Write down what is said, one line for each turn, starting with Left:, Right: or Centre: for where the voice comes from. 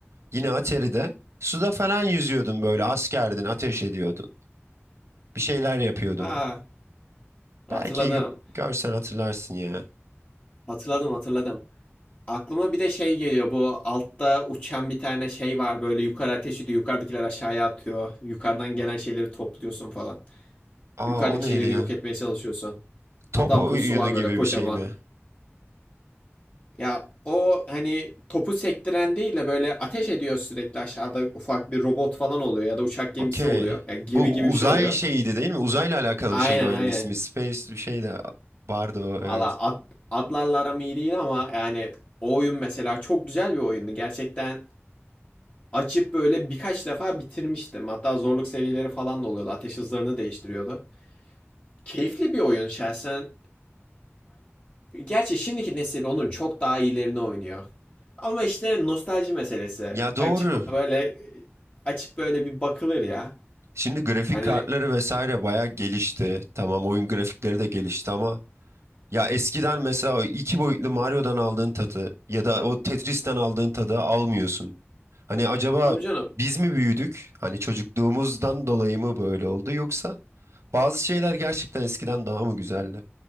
Right: Yine Atari'de suda falan yüzüyordun böyle askerdin, ateş ediyordun. Bir şeyler yapıyordun.
Left: Ha, hatırladım.
Right: Belki gö- görsen hatırlarsın ya.
Left: Hatırladım, hatırladım. Aklıma bir de şey geliyor. Bu altta uçan bir tane şey var. Böyle yukarı ateş ediyor. Yukarıdakiler aşağıya atıyor. Yukarıdan gelen şeyleri topluyorsun falan.
Right: Aa
Left: Yukarıdaki
Right: o neydi
Left: şeyleri yok
Right: ya?
Left: etmeye çalışıyorsun.
Right: Top
Left: Hatta
Right: oyunu
Left: boss'u var
Right: gibi
Left: böyle kocaman.
Right: bir şey mi?
Left: Ya o hani topu sektiren değil de böyle ateş ediyor sürekli aşağıda ufak bir robot falan oluyor ya da uçak gemisi
Right: Okey.
Left: oluyor. Ya gemi
Right: Bu
Left: gibi bir
Right: uzay
Left: şey oluyor.
Right: şeyiydi değil mi? Uzayla alakalı
Left: Aynen
Right: bir şeydi oyunun
Left: aynen.
Right: ismi. Space bir şey de vardı o evet.
Left: Valla ad, adlarla aram iyi değil ama yani o oyun mesela çok güzel bir oyundu. Gerçekten açıp böyle birkaç defa bitirmiştim. Hatta zorluk seviyeleri falan da oluyordu. Ateş hızlarını değiştiriyordu. Keyifli bir oyun şahsen. gerçi şimdiki nesil onun çok daha iyilerini oynuyor. Ama işte nostalji meselesi.
Right: Ya doğru.
Left: Açıp böyle açıp böyle bir bakılır ya.
Right: Şimdi grafik
Left: Hani
Right: kartları vesaire bayağı gelişti. Tamam oyun grafikleri de gelişti ama Ya eskiden mesela o iki boyutlu Mario'dan aldığın tadı ya da o Tetris'ten aldığın tadı almıyorsun. Hani acaba
Left: tabii canım.
Right: biz mi büyüdük? Hani çocukluğumuzdan dolayı mı böyle oldu yoksa bazı şeyler gerçekten eskiden daha mı güzeldi?